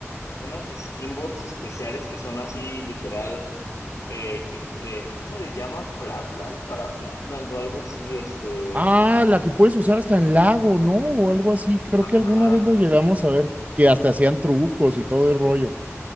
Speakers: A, on the left; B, on the right.
A: unas skinboards especiales que son así literal, eh, que, eh, ¿cómo les llaman? Flatland para Flatland o algo así, este,
B: Ah, la que puedes usar hasta en lago, ¿no? O algo así. Creo
A: ajá,
B: que alguna vez lo llegamos a ver, que hasta hacían trucos y todo el rollo.